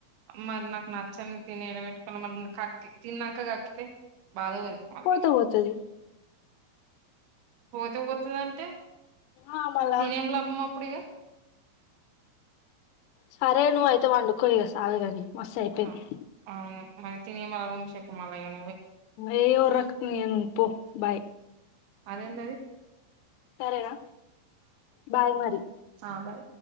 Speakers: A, on the right; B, on the left.
A: మరి నాకు నచ్చని తినేడబెట్టుకోవాలి మరి నా కక్కి తిన్నంక కక్కితే బాధ ఊరికి పంపి
B: పోతే పోతది
A: పోతే పోతదంటే
B: ఆ మళ్ళా
A: తినేం లాభమప్పుడిగా
B: సరే నువ్వు అయితే వండుకో ఇగ సాలు గని మస్త్ అయిపోయింది
A: ఆ అవును మరి తిని <unintelligible>
B: ఏ ఒర్రక్ నువ్వు ఇగ నువ్ పో బయ్
A: అదెందది
B: సరేనా, బాయ్ మరి.
A: ఆ బాయ్